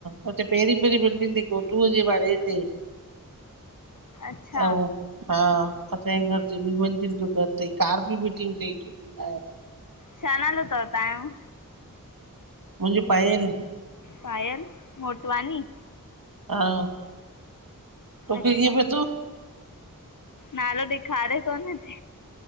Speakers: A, on the right; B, on the left.
A: हुते पहिरीं पहिरीं बिल्डिंग थी गोडूअ जे वाड़े ते। <unintelligible>
B: अच्छा
A: आऊं हा, असांजे घर टे मंज़िल जो घर तई। कार बि बीठी हूंदीे‌ हेठ। हा-
B: छा नालो थव तव्हांजो?
A: मुंहिंजो, पायल।
B: पायल मोटवानी।
A: हा, तोखें
B: अच्छा
A: कींअ पतो?
B: नालो ॾेखारे थो न।